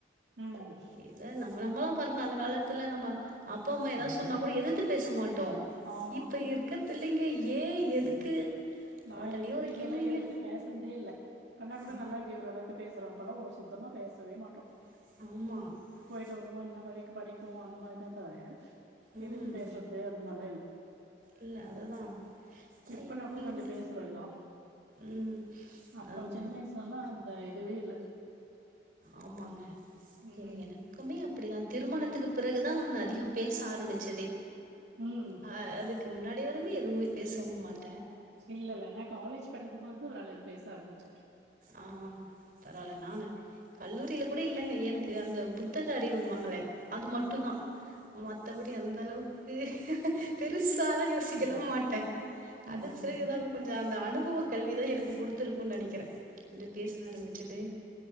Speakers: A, on the right; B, on the right.
A: ம்
B: இத நம்ம நம்மளா <unintelligible> அந்த காலத்துல நம்ம அப்பா அம்மா எதா
A: ம்
B: சொன்னா கூட எதித்து பேச மாட்டோ
A: ஆமா
B: இப்ப இருக்க பிள்ளைங்க ஏன் எதுக்கு
A: ம் நா
B: ஒடனே
A: எங்க
B: ஒரு
A: வீட்லல்லா
B: கேள்விங்க
A: எதிர்த்து பேசுனதே இல்ல பண்ணா கூட
B: ஆ
A: நல்லா இப்டி ஓரளவுக்கு பேசுறோ அப்பல்லா ஒரு சுத்தமா பேசவே மாட்டோ
B: <inaudible>
A: <unintelligible> என்ன பள்ளிக்கு படிக்கிவோ அந்த மாரி தா <unintelligible>
B: ம்
A: எதுத்து பேசுறது அந்த மாதிரிலா இல்ல
B: இல்ல அதுதான் ஆனா
A: இப்பன்னா
B: இப்
A: கூட
B: பிள்ளைங்க
A: கொஞ்சோ பேசுறோ எல்லா
B: ம்
A: அப்போ
B: அதாங்க
A: சின்ன வயசுலலா அந்த துவே இல்ல
B: ஆமாங்க
A: ம்
B: எனக்குமே அப்டிதா திருமணத்துக்கு பிறகுதா நா அதிகம் பேச ஆரம்பிச்சதே
A: ம்
B: ஆ அதுக்கு முன்னாடி <unintelligible> எதுவு பேசவு மாட்டே
A: இல்ல இல்ல நா காலேஜ் படிக்கும்போது ஓரளவு பேச ஆரம்பிச்சே
B: ஆ பரவாயில்ல நானு கல்லூரில கூட இல்லங்க எனக்கு அந்த புத்தக அறிவுன்னுவாங்களே அது மட்டு தா மத்த படி அந்த அளவுக்கு பெருசாலா யோசிக்கலா
A: ம்
B: மாட்டே அது
A: ம்
B: பிறகுதா கொஞ்சோ அந்த இந்த அனுபவ கல்விதா எனக்கு குடுத்திருக்கு நெனைக்கிறே <unintelligible> பேச ஆரம்பிச்சது